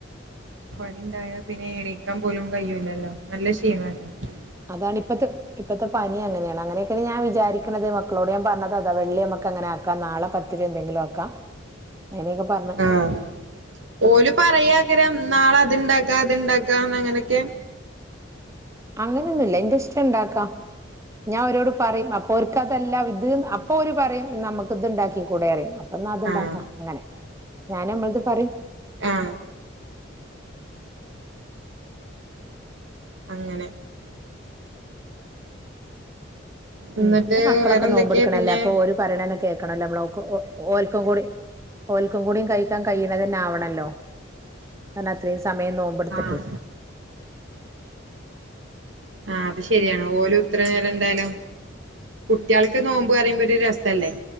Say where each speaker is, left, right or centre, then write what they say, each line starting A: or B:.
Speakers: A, on the right; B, on the right.
A: പണിണ്ടായാ പിന്നെ എണീക്കാൻ പോലും കയ്യൂലല്ലോ. നല്ല ക്ഷീണാ <unintelligible>
B: അതാണ് ഇപ്പത്തെ ഇപ്പത്തെ പനി അങ്ങനെയാണ്. അങ്ങനെയൊക്കെയാണ് ഞാൻ വിചാരിക്കണത് മക്കളോട് ഞാൻ പറഞ്ഞത് അതാ. വെള്ളിയ മ അങ്ങനെ ആക്കാം നാളെ പത്തി എന്തെങ്കിലും ആക്കാം അങ്ങനെയൊക്കെ പറഞ്ഞ്
A: ആഹ ഒരു പറയാകരാ നാളെ അത്ണ്ടാക്ക അത്ണ്ടാക്കാ അങ്ങനൊക്കെ
B: അങ്ങനെയൊന്നുമല്ല എൻന്റെ ഇഷ്ടം ഇണ്ടാക്കാ ഞാൻ അവരോട് പറയും അപ്പൊ അവര്ക്ക്തല്ലാം ഇത് അപ്പൊ അവര് പറയും നമ്മുക്ക് ഇത്ണ്ടാക്കി കൂടെ അറിയും അ അത്ണ്ടാക്കാം
A: ആഹ്
B: അങ്ങനെ ഞാനൻമ്മളത് പറയും
A: ആഹ അങ്ങനെ
B: ഉം
A: എന്നിട്ട്
B: പിന്നെ മളൊക്കെ
A: വേറെന്തൊക്കെയാ
B: നോമ്പിടുക്കണല്ലേ
A: പിന്നെ
B: അപ്പൊ ഒരു പയണന കേക്കണല്ലോ നമ്മള ഓൽക്കും കൂടി ഓൽക്കും കൂടിയും കഴിക്കാൻ കഴിയണ തന്നെ ആവണല്ലോ കാരണം അത്രയും സമയം നോമ്പടുത്തിട്ട്
A: ആഹ് ആഹ അത് ശരിയാണ് ഓല ഉത്തര നേേരം എന്തായാലും കുട്ടികൾക്ക് നോമ്പോ പറയുമ്പോ ഒരു രസല്ലേ